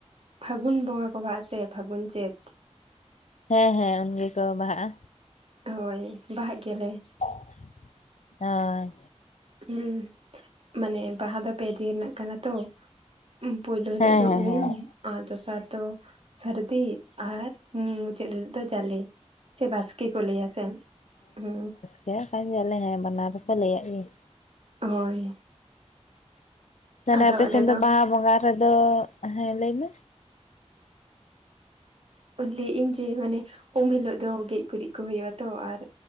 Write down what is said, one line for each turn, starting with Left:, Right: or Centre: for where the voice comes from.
Right: ᱯᱷᱟᱹᱜᱩᱱ ᱵᱚᱸᱜᱟ ᱠᱚ ᱵᱟᱦᱟ ᱟ ᱥᱮ ᱯᱷᱟᱹᱜᱩᱱ ᱪᱟᱹᱫ
Left: ᱦᱮᱸ ᱦᱮᱸ ᱩᱱ ᱜᱮᱠᱚ ᱵᱟᱦᱟᱜᱼᱟ
Right: ᱦᱳᱭ ᱵᱟᱦᱟᱜ ᱜᱮᱭᱟᱞᱮ
Left: <inaudible> ᱮᱸ
Right: ᱦᱩ ᱢᱟᱱᱮ ᱵᱟᱦᱟ ᱫᱚ ᱯᱮ ᱫᱤᱱ ᱨᱮᱱᱟᱜ ᱠᱟᱱᱟ ᱛᱚ ᱯᱳᱭᱞᱳ ᱦᱤᱞᱳᱜ
Left: ᱦᱮᱸ
Right: ᱫᱚ
Left: ᱦᱮᱸ
Right: ᱩᱢ
Left: ᱦᱮᱸ
Right: ᱾ ᱟᱨ ᱫᱚᱥᱟᱨ ᱫᱚ ᱥᱟᱹᱨᱫᱤ ᱟᱨ ᱢᱩᱪᱟᱹᱫ ᱦᱤᱞᱳᱜ ᱫᱚ ᱡᱟᱞᱮ ᱥᱮ ᱵᱟᱥᱠᱮ ᱾ ᱪᱮᱫ ᱠᱚ ᱞᱟᱹᱭᱟᱥᱮ ᱦᱩᱹ
Left: ᱦᱮᱸᱠᱟᱱ ᱜᱮᱭᱟᱞᱮ ᱦᱮᱸ ᱵᱟᱱᱟᱨ ᱫᱚᱯᱮ ᱞᱟᱹᱭᱟᱜ ᱜᱮᱭᱟ ᱾
Right: ᱦᱳᱭ
Left: ᱛᱟᱦᱚᱞᱮ
Right: ᱟᱫᱚ
Left: ᱟᱯᱮᱥᱮᱱ
Right: ᱟᱞᱮ
Left: ᱫᱚ ᱵᱟᱦᱟ ᱵᱚᱸᱜᱟ ᱨᱮᱫᱚ ᱦᱮᱸ ᱞᱟᱹᱭ ᱢᱮᱻ
Right: ᱞᱟᱹᱭ ᱮᱜ ᱤᱧ ᱡᱮ ᱢᱟᱱᱮ ᱩᱢ ᱦᱤᱞᱳᱜ ᱫᱚ ᱜᱮᱡ ᱜᱩᱨᱤᱡ ᱠᱚ ᱦᱩᱭᱩᱜᱼᱟ ᱛᱚ ᱟᱨ